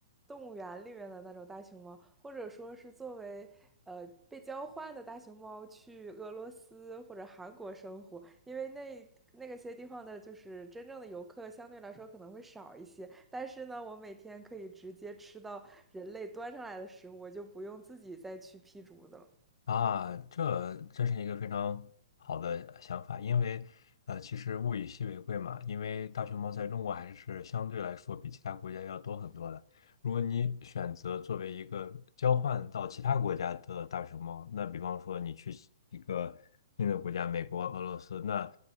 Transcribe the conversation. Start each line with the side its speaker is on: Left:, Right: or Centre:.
Centre: 动物园里面的那种大熊猫，或者说是作为呃被交换的大熊猫去俄罗斯或者韩国生活，因为那那个些地方的，就是真正的游客相对来说可能会少一些，但是呢，我每天可以直接吃到人类端上来的食物，我就不用自己再去劈竹子了。
Left: 啊？这这是一个非常好的想法，因为，呃，其实物以稀为贵嘛，因为大熊猫在中国还是相对来说比其他国家要多很多的。如果你选择作为一个交换到其他国家的大熊猫，那比方说你去一个新的国家，美国、俄罗斯，那